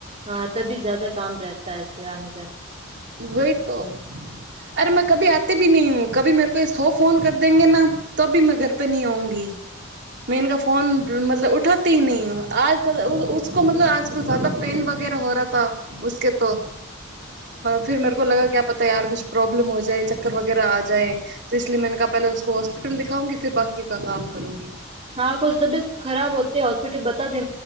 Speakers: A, on the right; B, on the right.
A: હા તબી જ્યાદા કામ રહેતાસે આને જણે
B: વહી તો અરે મેં કભી આતે ભી નહી હું કભી મે સો ફોન કર દેંગે ના તી મેં ઘર પે ન આઉંગી મેં એનકા ફોન મતલબ ઉઠાતી ન હ આજ મતલબ આજ કો જદા પેન વગેરા હો કે તોકો ફર મેરે કો લગા કે આપ પ હતા યાર કુછ પ્રોબ્મ હો જાય ચક્કર વગેરે આ જાાય. તો લીે મે કા પહેલા હ હોસ્પિટલ દેખાઉંગી ફિ બાકી ક કામ કરુ
A: હા કુઈ તબિયત ખરાબ હોતી હોસ્પિટલ બતા દે